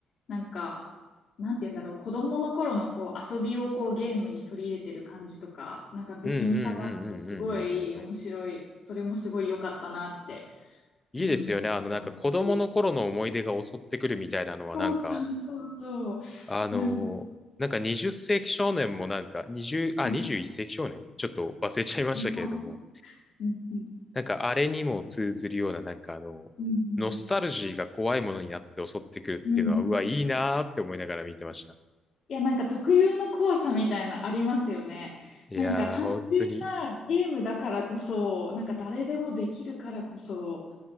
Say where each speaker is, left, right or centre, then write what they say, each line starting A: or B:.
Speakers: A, on the left (about 60°); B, on the left (about 15°).
A: なんか、なんて言うんだろう、子供の頃のこう遊びをこうゲームに取り入れてる感じとか、なんか不気味さがあって、
B: うん、うん、うん、うん、うん、
A: すごい面白い。
B: うん、うん、うん、うん、うん、
A: それもすごい良かったなって。
B: いいですよね。
A: うん。
B: あの、
A: 思うし
B: なんか子供の頃の思い出が襲ってくるみたいなのは、
A: そうそうそうそ
B: なんか、あのーなんか20世紀少年もなんか、
A: う。なんか、
B: 20、あ、
A: はい、
B: 21世紀少年ちょっと忘れちゃいましたけれども、
A: はい。うんうん。
B: なんかあれにも通ずるような、なんかあの、
A: うんうん。
B: ノスタルジーが怖いものになって襲ってくるっていうのは、
A: うんうん。
B: うわ、いいなーって思いながら見てました。
A: いや、なんか特有の怖さみたいなありますよね。
B: いやー、
A: なんか単純なゲームだからこそ、
B: 本当に。
A: なんか誰でもできるからこそ、